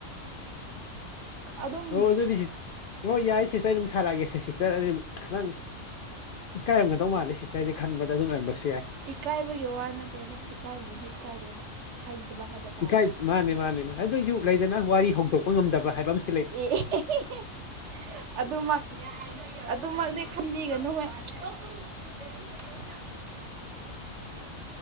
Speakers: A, on the right; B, on the left.
A: ꯑꯗꯨꯝ
B: ꯑꯣ ꯑꯗꯨꯗꯤ ꯁꯤꯁ ꯍꯣꯏ ꯌꯥꯏ ꯁꯤꯁꯇꯔ ꯑꯩꯗꯨꯝ ꯁꯥꯔꯛꯑꯒꯦꯁꯦ ꯁꯤꯁꯇꯔ ꯑꯗꯨꯝ ꯈꯥꯇꯪ ꯏꯀꯥꯏꯔꯝꯒꯗꯧ ꯃꯥꯜꯂꯦ ꯁꯤꯁꯇꯔꯁꯦ ꯈꯟꯕꯗ ꯑꯗꯨꯝ ꯑꯣꯏꯔꯝꯕꯁꯨ ꯌꯥꯏ
A: ꯏꯀꯥꯏꯕꯒꯤ ꯋꯥ ꯅꯠꯇꯦꯗ ꯏꯀꯥꯏꯕꯨꯗꯤ ꯏꯀꯥꯏꯗꯦꯗ ꯍꯩꯇꯕ ꯍꯥꯏꯕꯠ
B: ꯏꯀꯥꯏ ꯃꯟꯅꯦ ꯃꯟꯅꯦ ꯃꯥ ꯑꯗꯨꯏꯁꯨ ꯂꯩꯗꯅ ꯋꯥꯔꯤ ꯍꯧꯗꯣꯛꯄ ꯉꯝꯗꯕ ꯍꯥꯏꯕ ꯑꯝꯁꯨ
A: ꯑꯦ ꯑꯦ ꯍꯦ ꯍꯦ ꯍꯦ ꯑꯗꯨꯃꯛ ꯌꯥꯏ ꯅꯣꯏ <unintelligible> ꯑꯗꯨꯃꯛꯗꯤ ꯈꯟꯕꯤꯒꯅꯨ ꯍꯦ ꯑꯁ <unintelligible>